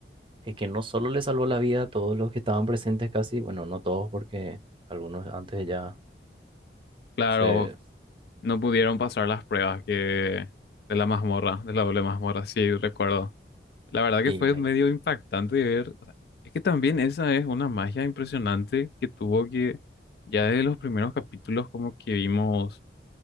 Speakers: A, on the right; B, on the left.
A: es que no solo le salvó la vida a todos los que estaban presentes casi, bueno, no todos porque algunos antes ya
B: claro,
A: se...
B: no pudieron pasar las pruebas que de la mazmorra, de la doble mazmorra, sí, recuerdo. La verdad que
A: Y
B: fue
A: ahí-
B: medio impactante de ver. o sea, es que también esa es una magia impresionante que tuvo que ya desde los primeros capítulos como que vimos